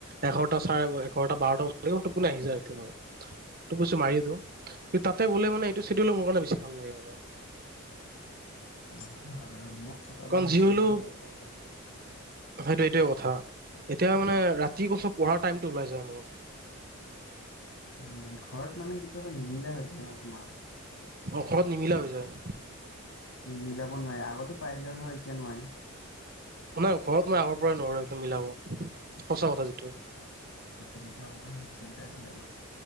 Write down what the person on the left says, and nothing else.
অ' সেইটো হয় বাৰু। <unintelligible>
হোষ্টেলত
থকা এইটোৱে ভাল
উম, ঘৰত মানে কেতিয়াবা নিমিলা হৈ যায় ন তোমাৰ?
<unintelligible>
নিমিলাব নোৱাৰি আগতে পাৰিলেও ধৰ তিয়া নোৱাৰি।
অ' তুমিতো আগৰ পৰা হোষ্টেলতে আছিলা ন?